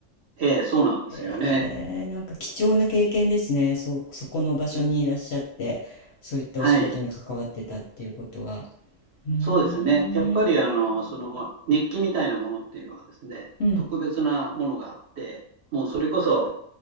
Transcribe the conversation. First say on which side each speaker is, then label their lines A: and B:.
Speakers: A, on the right; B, on the left.
A: ええ、そうなんですよね。
B: へえ、なんか貴重な経験ですね。そう、そこの場所にいらっしゃって、そういったお仕事に関わってたっていうことは。
A: はい。
B: うーん、
A: そうですね。やっぱりあの、その熱気みたいなものっていうのはですね、
B: うん、
A: 特別なものがあって、もうそれこそ